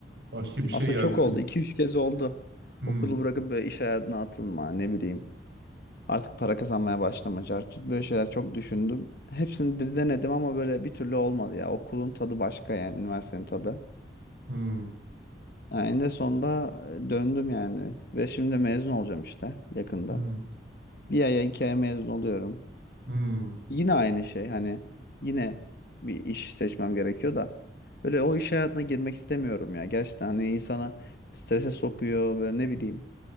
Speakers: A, on the right; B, on the left.
A: Başka bir şey
B: Aslında
A: yeltin.
B: çok oldu. iki üç kez oldu.
A: Hmm,
B: Okulu bırakıp böyle iş hayatına atılma ne bileyim. Artık para kazanmaya başlama. cartçut. Böyle şeyler çok düşündüm. Hepsini de denedim ama böyle bir türlü olmadı ya. Okulun tadı başka yani. Üniversitenin tadı.
A: hmm,
B: Yani en de sonunda e, döndüm yani. Ve şimdi mezun olacağım işte yakında.
A: hmm,
B: Bir aya iki aya mezun oluyorum.
A: hmm,
B: Yine aynı şey hani yine bir iş seçmem gerekiyor da böyle o iş hayatına girmek istemiyorum ya. Gerçekten hani insana strese sokuyor böyle ne bileyim.